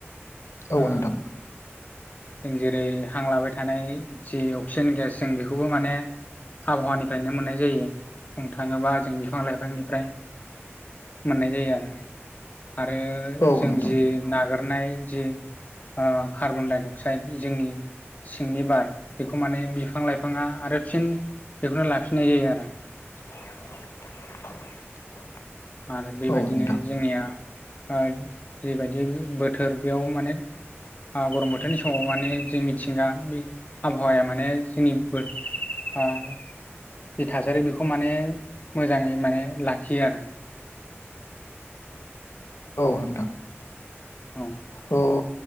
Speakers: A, on the left; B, on the left.
A: औ
B: ओम
A: नोंथां
B: जों जेरै हांलाबाय थानाय जि अक्सिजेन गेस जों बेखौबो माने आबहावानिफ्रायनो मोननाय जायो बुंनो थांङोबा जों बिफां लाइफांनिफ्राय। मोननाय जायो आरो आरो
A: औ
B: जों
A: नोंथां
B: जि नागारनाय जे आ कार्बन डाइ अक्साइड जोंनि सिंनि बार बेखौ माने बिफां लाइफांङा आरो फिन बेखौनो लाफिननाय जायो आरो।
A: <inaudible> <unintelligible>
B: मानो बेबायदिनो
A: औ नोंथां
B: जोंनिया ओ जिबायदि बोथोर बेयाव माने ओ गरम बोथोरनि समाव माने जों मिथिंगा बे आबहावाया माने जोंनि बो आ जि थासारि बेखौ माने मोजाङै माने लाखियो आरो
A: औ नोंथां
B: औ
A: अ